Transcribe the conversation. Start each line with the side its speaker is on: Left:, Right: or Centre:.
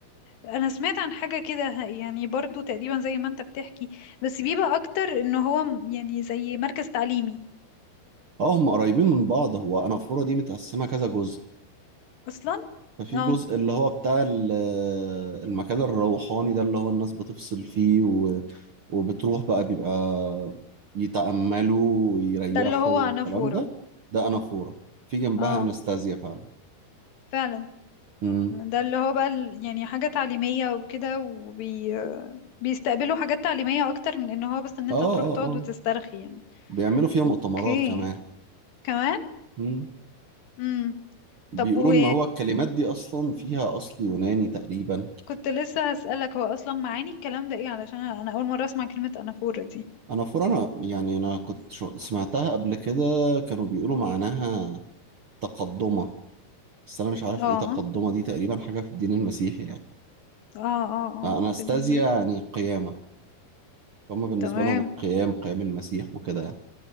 Left: أنا سمعت عن حاجة كده ه- يعني برضو تقريبا زي ما أنت بتحكي بس بيبقى أكتر إن هو م- يعني زي مركز تعليمي
Right: اه هم قريبين من بعض هو انافوره دي متقسمه كذا جزء
Left: أصلا
Right: ففي
Left: اه
Right: جزء اللي هو بتاع ال- آه، المكان الروحاني ده اللي هو الناس بتفصل فيه و... وبتروح بقى بيبقى يتأملوا ويريحوا
Left: ده اللي هو
Right: والكلام
Left: أنافورة
Right: ده ده انافوره في جنبها
Left: اه
Right: انستازيا فعلا
Left: فعلا
Right: امم
Left: ده اللي هو بقى ال- يعني حاجة تعليمية وكده وبي بيستقبلوا حاجات تعليمية أكتر من إن هو بس إن أنت
Right: اه اه
Left: تروح تقعد
Right: اه.
Left: وتسترخي يعني
Right: بيعملوا فيها مؤتمرات
Left: أوكي
Right: كمان
Left: كمان
Right: مم.
Left: امم
Right: بيقولوا
Left: طب و
Right: ان هو الكلمات دي اصلا فيها اصل يوناني تقريبا
Left: كنت لسه هسألك هو أصلا معاني الكلام ده ايه علشان أنا أول مرة أسمع كلمة أنافورة دي
Right: انا فرانا يعني انا كنت شو- سمعتها قبل كده كانوا بيقولوا معناها تقدمة بس انا مش عارف
Left: اه
Right: ايه تقدمة دي تقريبا حاجة في الدين المسيحي يعني
Left: اه اه اه
Right: اناستازيا
Left: في ال...
Right: يعني قيامة هما بالنسبة
Left: تمام
Right: لهم القيام قيام المسيح وكده يعني